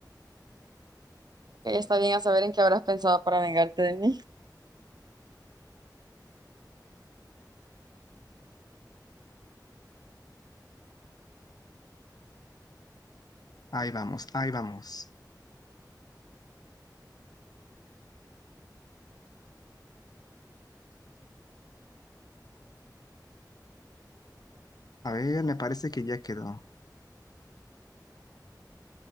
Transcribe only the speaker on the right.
Ok, está bien a saber en qué habrás pensado para vengarte de mí.